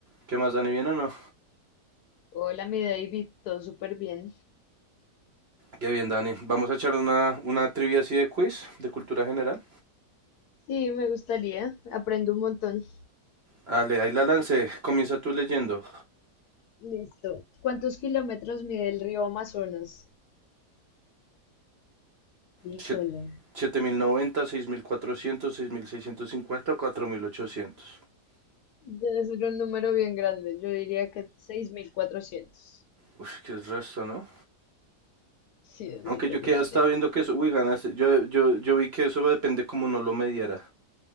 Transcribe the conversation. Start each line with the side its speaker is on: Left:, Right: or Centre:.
Right: ¿Qué más, Dani? ¿Bien o no?
Left: Hola, mi David, todo súper bien.
Right: Qué bien, Dani. Vamos a echar una, una trivia así de quiz, de cultura general.
Left: Sí, me gustaría, aprendo un montón.
Right: Dale, ahí la lancé. Comienza tú leyendo.
Left: Listo. ¿Cuántos kilómetros mide el río Amazonas? Híjole,
Right: Siete- mil mil mil noventa, seis seis cuatrocientos, seis mil seiscientos cincuenta, cuatro mil ochocientos.
Left: Debe ser un número bien grande, yo diría que 6.400.
Right: Uf, qué es resto, ¿no?
Left: sí, debe
Right: Aunque
Left: ser muy
Right: yo que
Left: grande.
Right: ya estaba viendo que eso, uy, ganaste. Yo, yo, yo vi que eso depende como no lo mediara.